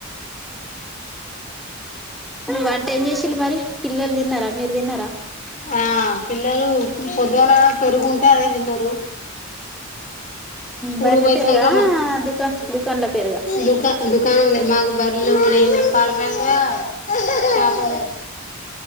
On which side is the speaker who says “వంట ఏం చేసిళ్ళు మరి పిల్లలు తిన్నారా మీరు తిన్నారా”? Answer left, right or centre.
Centre